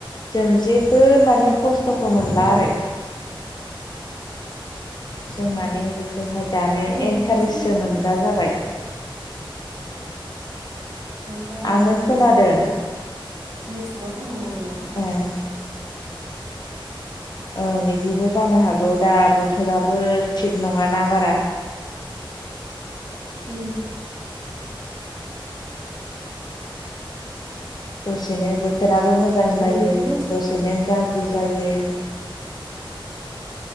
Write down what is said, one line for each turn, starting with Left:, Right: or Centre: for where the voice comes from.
Left: जों जेबो माने खस्थ' खस्थ'खौ मोनला
Right: औ
Left: आरो जों
Right: उम
Left: माने बेखौहाय दानो
Right: मोजां
Left: इन्टारेस्टसो
Right: खोनायासै नोंथां
Left: मोनग्रा जाबाय।
Right: बारा
Left: आङो
Right: मोजां होनासै
Left: खोनादों
Right: टावारा नेटवर्कआ बारा नाङा नामा?
Left: ओं ओं बिदिबो जानो हागौ दा बोथोराबो थिग नङाना बारा।
Right: उम
Left: दसेनो बोथोराबो मोजां जायो
Right: ओरैनोबाथ'
Left: दसेनो गाज्रि गारजि जायो।